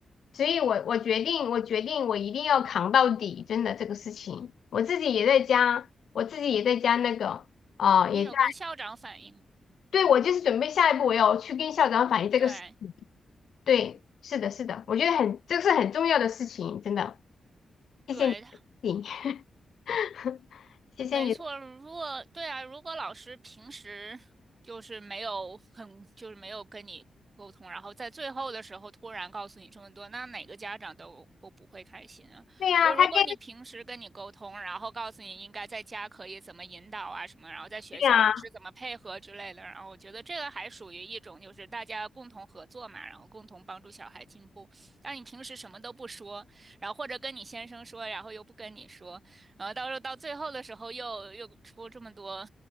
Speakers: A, on the left (about 70°); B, on the right (about 40°).
A: 所以我我决定，我决定我一定要扛到底，真的这个事情，我自己也在加，我自己也在加那个，啊、
B: 你有跟校长反映吗？
A: 也在，对，我就是准备下一步我要去跟校长反映这个事。
B: 对
A: 对，是的，是的，我觉得很，这个是很重要的事情，真的，谢谢你的提醒
B: 对，
A: <laughs> 谢谢你。
B: 没错，如果对啊，如果老师平时就是没有很，就是没有跟你沟通，然后在最后的时候突然告诉你这么多，那哪个家长都都不会开心啊。
A: 对呀、
B: 就如果你平时跟你沟通，
A: 他跟
B: 然后告诉你应该在家可以怎么引导啊什么，然后在学校老师怎么配合之类的，
A: 对呀，
B: 然后我觉得这个还属于一种就是大家共同合作嘛，然后共同帮助小孩进步。但你平时什么都不说，然后或者跟你先生说，然后又不跟你说。然后到时候到最后的时候又又出这么多，